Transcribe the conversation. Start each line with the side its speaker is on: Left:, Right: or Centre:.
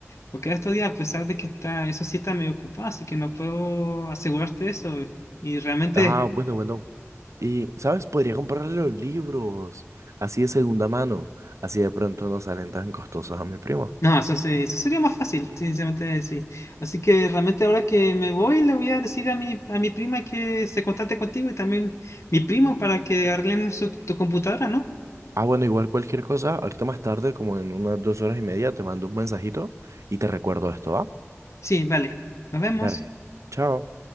Left: Porque en estos días, a pesar de que está, eso sí está medio ocupado, así que no puedo asegurarte eso. Y realmente,
Right: Ah, bueno, bueno. Y, ¿sabes? Podría comprarle los libros, así de segunda mano, así de pronto no salen tan costosos a mi primo.
Left: no, eso, sí- eso sería más fácil, sinceramente, sí. Así que realmente ahora que me voy, le voy a decir a mi, a mi prima que se contacte contigo y también mi primo para que arreglemos su- tu computadora, ¿no?
Right: Ah, bueno, igual cualquier cosa, ahorita más tarde, como en unas dos horas y media, te mando un mensajito y te recuerdo esto, ¿va?
Left: Sí, vale. Nos vemos.
Right: Dale, chao.